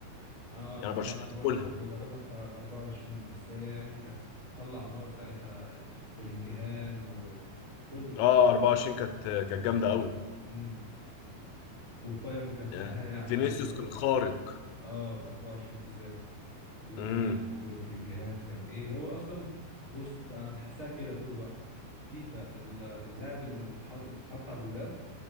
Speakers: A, on the right; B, on the left.
A: اه انا
B: يعني
A: كنت
B: برشلونه
A: انا بقول
B: تاكلها
A: لك كنت بجربها في 24 بس هي يعني كانت بتطلع نار ساعتها بلينجهام وكل كل
B: اه
A: الشباب
B: 24
A: دول
B: كانت كانت جامده قوي
A: امم والبايرن كانت
B: ياه.
A: ها يعني
B: فينيسيوس
A: لذيذه
B: كان
A: برضو
B: خارق
A: اه في 24 بالذات ورودريجو
B: امم
A: والبلينجهام كان ايه هو اصلا بص انا بحسها كده طول الوقت فيفا ال- اللعب اللي بتتحط اللي بتتحط على الغلاف